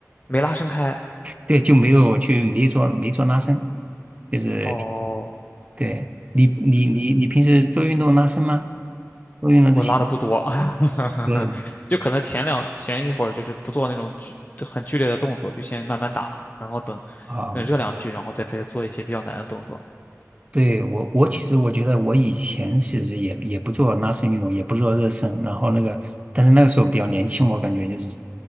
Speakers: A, on the left (about 30°); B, on the right (about 25°).
A: 没拉伸开。
B: 对，就没有去没做没做拉伸，就是
A: 哦，
B: 对你你你你平时做运动拉伸吗？
A: 嗯，
B: 做运动之前
A: 我拉的不多，<laughs>
B: 都有吗
A: 就可能前两前一会儿就是不做那种剧很剧烈的动作，就先慢慢打，然后等等热两局，
B: 啊。
A: 然后再开始做一些比较难的动作。
B: 对，我，我其实我觉得我以前其实也也不做拉伸运动，也不做热身，然后那个，但是那个时候比较年轻，我感觉就是